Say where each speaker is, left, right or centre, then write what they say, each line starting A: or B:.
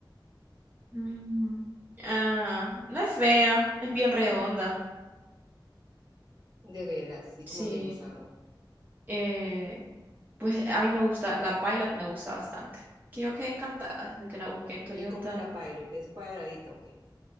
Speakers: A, on the right (about 20°); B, on the right (about 55°).
A: Mm, Ah, no es fea, es bien redonda.
B: De veras, y
A: Sí.
B: cómo te gustan a vos.
A: eh, pues a mí me gusta, la Pilot me gusta bastante. Que yo quedé encantada desde que la busqué en Toyota.
B: ¿Y cómo es la Pilot? ¿Es cuadradita o qué?